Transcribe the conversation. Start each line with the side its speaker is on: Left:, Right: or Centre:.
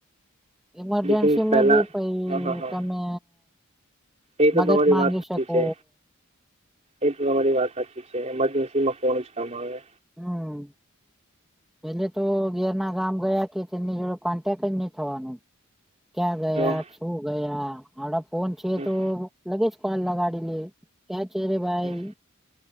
Centre: ઇમરજન્સીમાં
Right: લેકિન પહેલા
Centre: બી પઈ
Right: હા, હા, હા.
Centre: તમે
Right: એ તો
Centre: મદદ
Right: તમારી
Centre: માંગી
Right: વાત સાચી
Centre: શકો
Right: છે. એ તો તમારી વાત સાચી છે મરજન્સીમાં ફોન જ કામ આવે.
Centre: હમ. પેલે તો ગેરના ગામ ગયા કે તેમની જોડે કોન્ટેક જ નહી થવાનું. ક્યાં
Right: હા,
Centre: ગયા
Right: હમ,
Centre: શું ગયા આપડા ફોન છે
Right: હમ,
Centre: તો લગે જ કોલ લગાડીને ક્યાં ચરે ભાઈ.
Right: હમ,